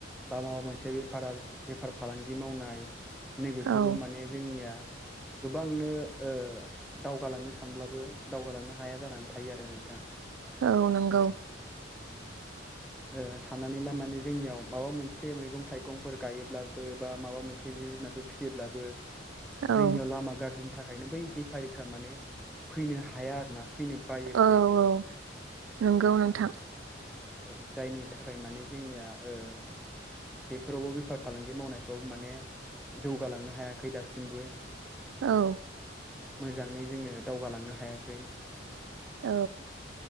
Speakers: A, in the centre; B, on the right.
A: बा माबा मोनसे बेफार बेफार फालांगि मावनाय नैबेफोरबो
B: औ
A: माने जोंनिया गोबांनो ओ दावगालांनो सानब्लाबो दावगालांनो हाया जानानै थायो आरो नोंथां
B: औ नंगौ
A: ओ साननानै ला माने जोंनियाव माबा मोनसे मैगं थाइगंफोर गायोब्लाबो बा माबा मोनसे जिब जुनारफोर फिसियोब्लाबो
B: औ
A: जोंनियाव लामा गाज्रिनि थाखायनो बै बेफारिफ्रा माने फैनो हाया आरोना फैनो बायो माने
B: औ
A: नोंथां
B: औ नंगौ नोंथां
A: औ जायनि थाखाय माने जोंनिया ओ बेफोरावबो बेफार फालांगि मावनायफ्राव माने जौगालांनो हायाखै दासिमबो
B: औ
A: मोजाङै जोङो दावगालांनो हायाखै
B: औ